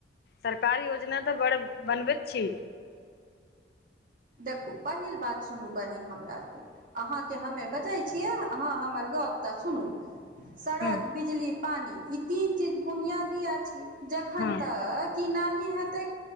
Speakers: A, on the left (about 60°); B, on the right (about 50°).
A: सरकार योजना तऽ बड़ बनबैत छी।
B: देखु पहिल बात सुनू बहिन हमरा आरके अहाँके हम्मे बजै छियै, अहाँ हमर गप तऽ सुनू। सड़क,
A: हूँ
B: बिजली, पानी ई तीन चीज बुनियादी अछि जखन
A: हँ
B: तक की नहि हेतै,